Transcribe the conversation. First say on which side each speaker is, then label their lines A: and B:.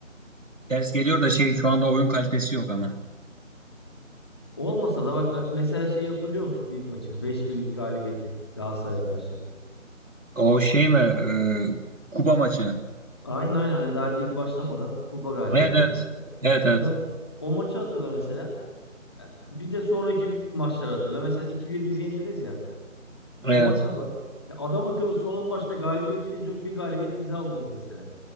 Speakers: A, on the right; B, on the left.
A: Ters geliyor da şey şu anda oyun kalitesi yok ama.
B: Olmasa da bak mesela şey hatırlıyor musun ilk maçı? beş birlik galibiyeti Galatasaray'a karşı.
A: O şey mi? e, Kupa maçı.
B: Aynen aynen Hani daha lig başlamadan kupa galibiyeti.
A: Evet evet.
B: Hani,
A: Evet evet.
B: hani bak o maçı hatırla mesela. Ya, Bir de sonraki maçları hatırla. Mesela iki bir bizi yendiniz ya.
A: Evet.
B: O maça bak. Ya adam akıllı son 10 maçta galibiyetiniz yok. Bir galibiyet bize aldınız mesela.